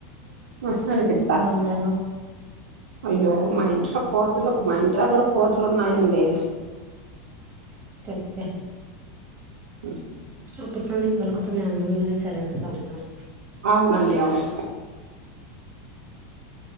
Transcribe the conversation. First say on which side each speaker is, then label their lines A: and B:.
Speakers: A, on the right; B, on the right.
A: మస్తు అనిపిస్తస్తా
B: ఉన్నారు
A: అయ్యో మాఇంట్లో <inaudible> మా ఇంటి దగ్గర కోతులు ఉన్నాయండి
B: ఓకే ఓకే
A: అ
B: అప్పటి నుండి పలుకతూనే ఉన్న మీర సెలెంటట్ గా అన్నారు
A: అవునండి అవును